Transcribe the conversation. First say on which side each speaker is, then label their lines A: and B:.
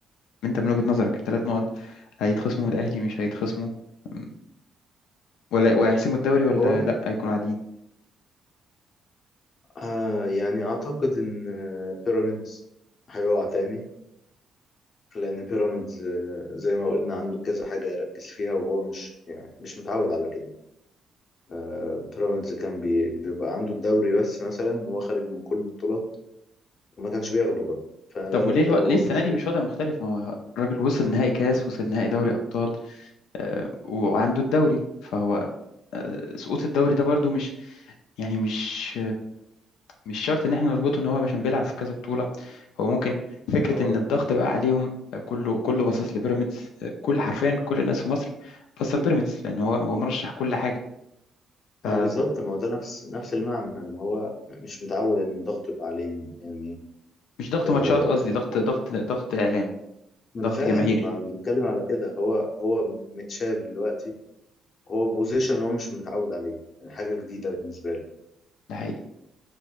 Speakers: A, on the left (about 80°); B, on the left (about 50°).
A: انت من وجهة نظرك الثلاث نقط هيتخصموا من الأهلي مش هيتخصموا أم، ولا وهيحسموا الدوري ولا
B: هو
A: لا هيكونوا عاديين
B: آه، يعني أعتقد إن آه، بيراميدز هيقع تاني لأن بيراميدز آه، زي ما قلنا عنده كذا حاجة يركز فيها وهو مش يعني مش متعود على كده آه، بيراميدز كان بي- بيبقى عنده الدوري بس مثلا هو خارج من كل البطولات وما كانش بياخده بقى فما
A: طب
B: بالك
A: وليه
B: بقى
A: الو... ليه
B: وهو
A: السنة
B: مشغول
A: دي مش وضع مختلف ما هو الراجل وصل نهائي كاس وصل نهائي دوري أبطال آه، وعنده الدوري فهو آه، سقوط الدوري ده برضو مش يعني مش مش شرط ان احنا نربطه ان هو عشان بيلعب في كذا بطولة هو ممكن فكرة
B: ما هو
A: ان الضغط بقى عليهم كله كله باصص لبيراميدز كل حرفيا كل الناس في مصر باصة لبيراميدز لان هو هو مرشح كل حاجة فمش
B: ما هو بالظبط ما هو ده نفس نفس المعنى ان هو مش متعود ان الضغط يبقى عليه يعني
A: ضغط
B: آه
A: ماتشات قصدي ضغط ضغط ضغط اعلامي
B: ما انا
A: ضغط
B: فاهم
A: جماهيري
B: ما أنا بتكلم على كده هو هو متشاف دلوقتي هو بوزيشن هو مش متعود عليه يعني حاجه جديده بالنسبه له
A: ده حقيقي